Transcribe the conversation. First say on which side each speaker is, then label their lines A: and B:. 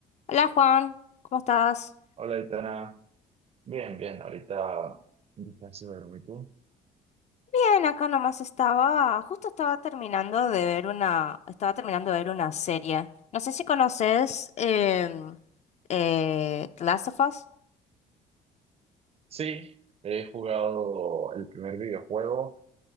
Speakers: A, on the left; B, on the right.
A: Hola Juan, ¿cómo estás?
B: Hola, Itana. Bien, bien. Ahorita casi duermo. ¿Y tú?
A: Bien, acá nomás estaba, justo estaba terminando de ver una, estaba terminando de ver una serie. No sé si conoces em, eh, The Last of Us.
B: Sí, he jugado el primer videojuego.